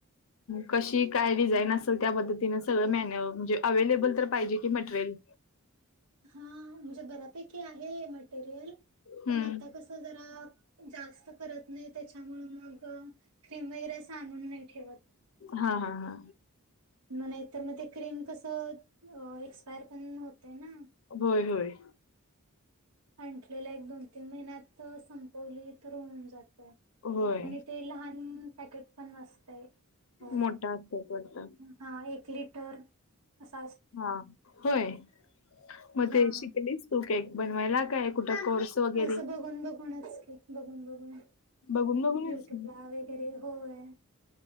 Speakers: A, on the left; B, on the right.
A: कशी काय डिझाईन असेल त्या पद्धतीने सगळं मॅन म्हणजे अवेलेबल तर पाहिजे की मटेरियल.
B: हा म्हणजे बऱ्यापैकी आहे मटेरियल
A: हम्म
B: पण आता कस जरा जास्त करत नाही त्याच्यामुळे मग. क्रीम वगैरे असं आणून नाही ठेवत.
A: हा, हा, हा.
B: म नाहीतर मग ते क्रीम कसं एक्सपायर पण होतय ना
A: होय होय
B: आणलेला एक दोन तीन महिन्यात संपवली तर होऊन जातय
A: होय
B: आणि ते लहान पॅकेट पण वास्ते हो
A: मोठा असतात वाटतं
B: हा एक लिटर अस
A: हा होय मग
B: हा
A: ते शिकलीस तू केक बनवायला काय कुठं कोर्स वगैरे
B: असं बघून बघूनच की बघून बघून
A: बघून बघूनस
B: युट्यूबला वगैरे होय.